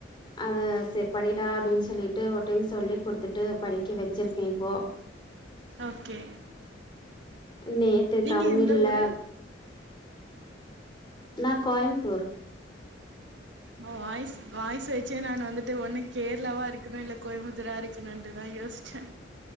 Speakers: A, on the left (about 25°); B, on the right (about 75°).
A: அத செர் படிடா அப்டின் சொல்லிட்டு ஒரு டைம் சொல்லி குடுத்துட்டு படிக்க வெச்சிருக்கே இப்போ
B: ஓகே
A: நேத்து
B: நீங்க
A: தமிழ்ல
B: எந்த ஊரு
A: நா கோயம்புத்தூர்
B: வாய்ஸ் வாய்ஸ வச்சே நா வந்துட்டு ஒன்னு கேரளாவா இருக்கணு இல்ல கோயம்புத்தூரா இருக் க்குனுன்ட்டுதா யோச்சே